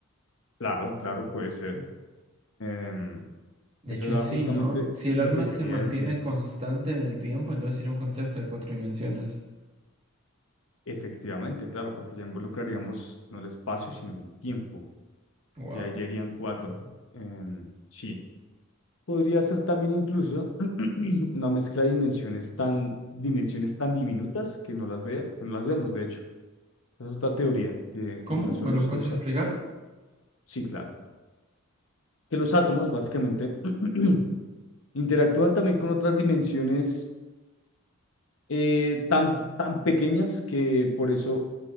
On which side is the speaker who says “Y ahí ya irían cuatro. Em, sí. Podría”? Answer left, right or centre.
Left